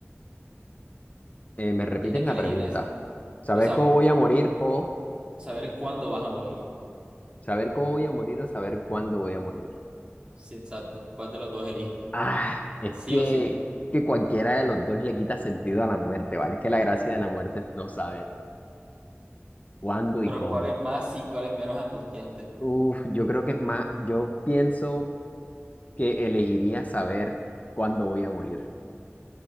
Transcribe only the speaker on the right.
Tienes
que elegir
una de esas.
O sea,
saber cuándo vas a morir.
Sí, exacto. ¿Cuál de los dos eliges?
Sí
o sí.
Pero
cuál es más y cuál es menos angustiante.